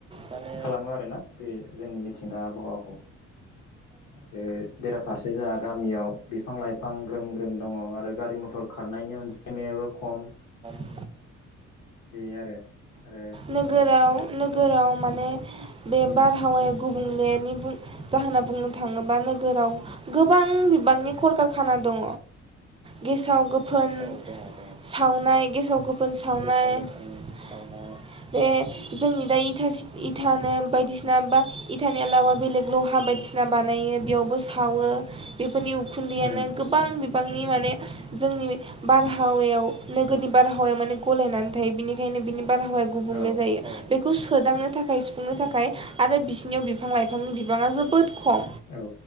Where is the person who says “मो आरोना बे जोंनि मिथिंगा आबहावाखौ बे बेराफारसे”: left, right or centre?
Left